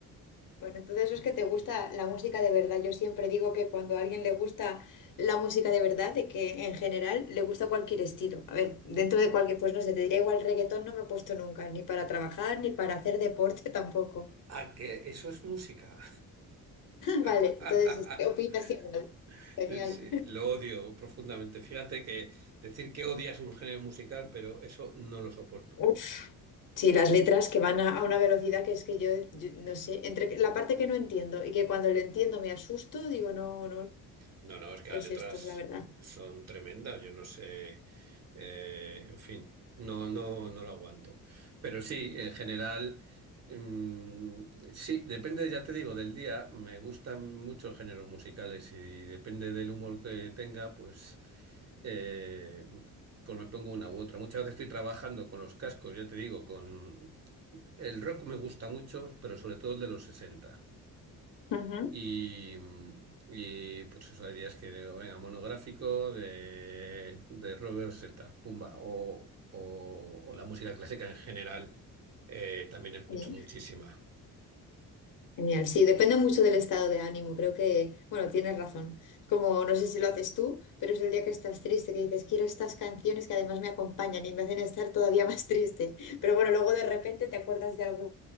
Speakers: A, on the left; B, on the right.
A: Bueno, entonces eso es que te gusta la música de verdad. Yo siempre digo que cuando a alguien le gusta la música de verdad, de que en general le gusta cualquier estilo. A ver, dentro de cualquier, pues no sé, te diría igual reggaetón no me he puesto nunca, ni para trabajar, ni para hacer deporte <laughs> tampoco.
B: Ah, que eso es música. <laughs>
A: Vale, entonces qué opinas igual. Genial.
B: Sí, lo odio profundamente. Fíjate que decir que odias un género musical, pero eso no lo soporto.
A: Uf, sí, las letras que van a, a una velocidad que es que yo, yo no sé, entre que- la parte que no entiendo y que cuando lo entiendo me asusto, digo, no, no,
B: No, no, es que
A: ¿qué
B: las
A: es
B: letras
A: esto? La verdad.
B: son tremendas, yo no sé, eh, en fin, no, no, no lo aguanto. Pero sí, en general, mm, sí, depende, ya te digo, del día, me gustan muchos géneros musicales y depende del humor que tenga, pues, eh, pues me pongo una u otra. Muchas veces estoy trabajando con los cascos, ya te digo, con el rock me gusta mucho, pero sobre todo el de los 60.
A: Ujú.
B: Y, mm, y, pues eso, hay días que digo, venga, monográfico de, de Robert Z, pumba, o, o- o la música clásica en general, eh, también escucho
A: Bien.
B: muchísima.
A: Genial, sí, depende mucho del estado de ánimo. Creo que, bueno, tienes razón. Como no sé si lo haces tú, pero es el día que estás triste, que dices, quiero estas canciones que además me acompañan y me hacen estar todavía <laughs> más triste. Pero bueno, luego de repente te acuerdas de alguna